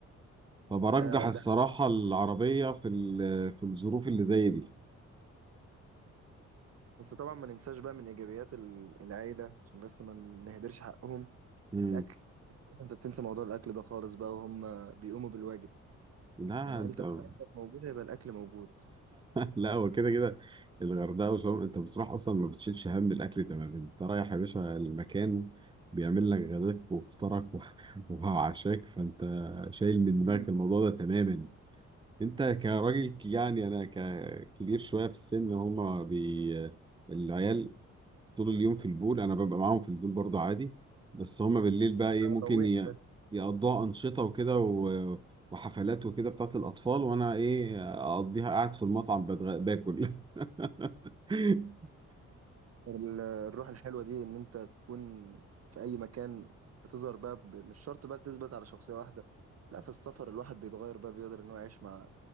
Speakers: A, on the right; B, on the right.
A: فبرجح
B: آه
A: الصراحة
B: ده
A: العربية في ال- في الظروف اللي زي دي
B: بس طبعا ما ننساش بقى من ايجابيات ال- العيله عشان بس ما نهدرش حقهم
A: مم.
B: الاكل انت بتنسى موضوع الاكل ده خالص بقى وهم بيقوموا بالواجب
A: لا
B: يعني عيلتك
A: انت <laughs>
B: عيلتك موجوده يبقى الاكل موجود
A: لا هو كده كده الغردقة وشرم انت بتروح اصلا ما بتشيلش هم الاكل تماما انت رايح يا باشا المكان بيعمل لك غداك وفطارك و- <laughs> وعشاك فانت شايل من
B: امم
A: دماغك الموضوع ده تماما انت كراجل ك- يعني انا ككبير شويه في السن هما بي العيال طول اليوم في البول انا ببقى معاهم في البول برضو عادي بس هما بالليل بقى ايه ممكن
B: روح
A: ي-
B: بس
A: يقضوها انشطه وكده و- وحفلات وكده بتاعت الاطفال وانا ايه اقضيها قاعد في المطعم بتغ... باكل <laughs>
B: ال- الروح الحلوه دي ان انت تكون في اي مكان بتظهر بقى ب- مش شرط بقى تثبت على شخصيه واحده لا في السفر الواحد بيتغير بقى بيقدر ان هو يعيش مع